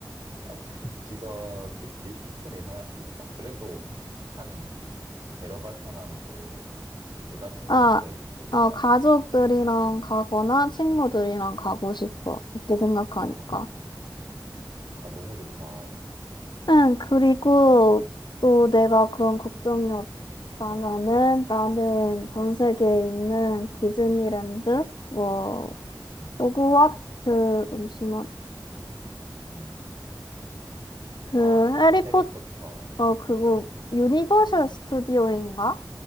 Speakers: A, on the right; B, on the left.
A: 아, <laughs> 직원, 그치? 조금 이상할 수도 있다. 그래도 한, 데려갈 사람 뭐, 한, 네다섯 명
B: 아,
A: 있어야 더 재밌지
B: 어 가족들이랑
A: 않을까?
B: 가거나 친구들이랑 가고 싶어. 이렇게 생각하니까.
A: 아, 아, 너무 좋다.
B: 응, 그리고 또 내가 그런 걱정이 그러면은 나는 전 세계에 있는 디즈니랜드, 뭐,
A: 응,
B: 호그와트, 잠시만.
A: 응.
B: 그,
A: 아,
B: 해리포터,
A: 그 해리포터.
B: 어, 그거, 유니버셜 스튜디오인가?